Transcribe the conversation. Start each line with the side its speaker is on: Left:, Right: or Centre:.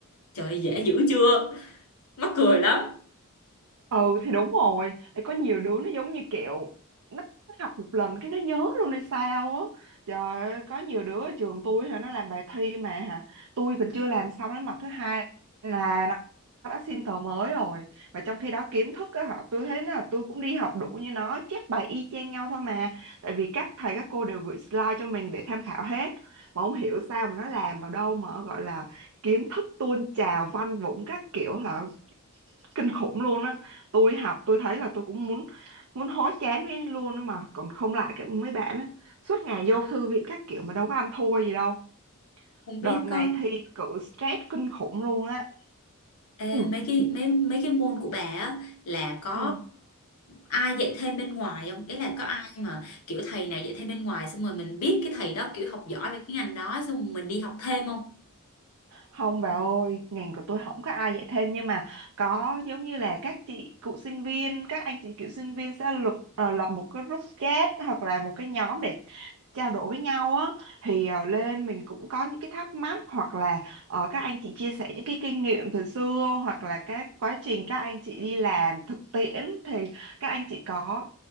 Left: trời ơi, dễ dữ chưa mắc cười lắm
Right: ừ thì đúng rồi Ê, có nhiều đứa nó giống như kiểu nó nó học một lần cái nó nhớ luôn hay sao á trời ơi có nhiều đứa ở trường tôi hả nó làm bài thi mà hả tôi còn chưa làm xong đến mặt thứ hai là nó nó đã xin tờ mới rồi mà trong khi đó kiến thức á hả tôi thấy là tôi cũng đi học đủ như nó chép bài y chang nhau thôi mà tại vì các thầy các cô đều gửi slide cho mình để tham khảo hết mà không hiểu sao mà nó làm vào đâu mà gọi là kiến thức tuôn trào văn vũng các kiểu là kinh khủng luôn á tôi học tôi thấy là tôi cũng muốn muốn hối chán với luôn á mà còn không lại cái mấy bạn á suốt ngày vô thư viện các kiểu mà đâu có ăn thua gì đâu
Left: không
Right: đợt
Left: biết
Right: này
Left: có
Right: thi cử stress kinh khủng luôn á
Left: Ê,
Right: Ừ.
Left: mấy cái mấy mấy cái môn của bà á là có
Right: Ừ.
Left: ai dạy thêm bên ngoài không ý là có ai mà kiểu thầy nào dạy thêm bên ngoài xong rồi mình biết cái thầy đó kiểu học giỏi về cái ngành đó xong rồi mình đi học thêm không
Right: Không bà ơi, ngành của tôi không có ai dạy thêm nhưng mà có giống như là các chị cựu sinh viên, các anh chị cựu sinh viên sẽ lập ờ, lập một cái group chat hoặc là một cái nhóm để trao đổi với nhau á thì ờ, lên mình cũng có những cái thắc mắc hoặc là ờ, các anh chị chia sẻ những cái kinh nghiệm từ xưa hoặc là các quá trình các anh chị đi làm thực tiễn thì các anh chị có